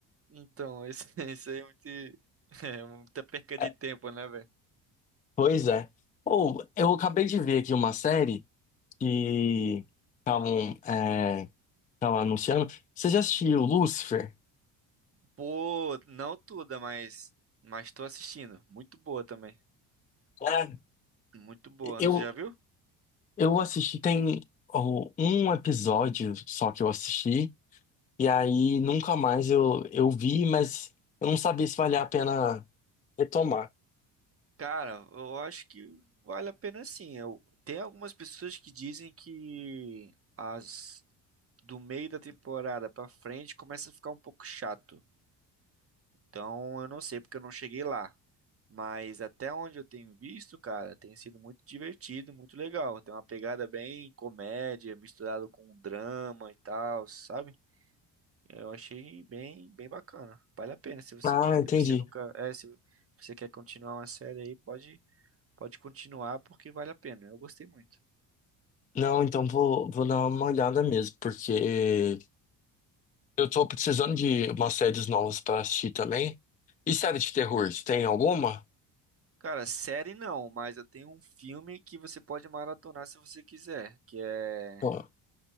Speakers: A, on the right; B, on the left.
A: então, esse, <laughs> esse aí é muito, <laughs> é muita perca de
B: É,
A: tempo, né, velho?
B: Pois é. Ou eu acabei de ver aqui uma série que estavam é, tavam anunciando. Você já assistiu Lucifer?
A: Pô, não toda, mas, mas tô assistindo. Muito boa também.
B: É,
A: Muito boa.
B: eu,
A: Tu já viu?
B: eu assisti, tem ó, um episódio só que eu assisti. E aí nunca mais eu, eu vi, mas eu não sabia se valia a pena retomar.
A: Cara, eu acho que vale a pena sim. Eu, tem algumas pessoas que dizem que as do meio da temporada pra frente começa a ficar um pouco chato. Então eu não sei porque eu não cheguei lá. Mas até onde eu tenho visto, cara, tem sido muito divertido, muito legal. Tem uma pegada bem comédia, misturado com drama e tal, sabe? Eu achei bem, bem bacana. Vale a pena se você
B: Ah,
A: que, se
B: entendi.
A: você nunca, é, se você quer continuar uma série aí, pode Pode continuar porque vale a pena. Eu gostei muito.
B: Não, então vou, vou dar uma olhada mesmo, porque eu tô precisando de umas séries novas pra assistir também. E série de terror, você tem alguma?
A: Cara, série não, mas eu tenho um filme que você pode maratonar se você quiser. Que é,
B: Pô,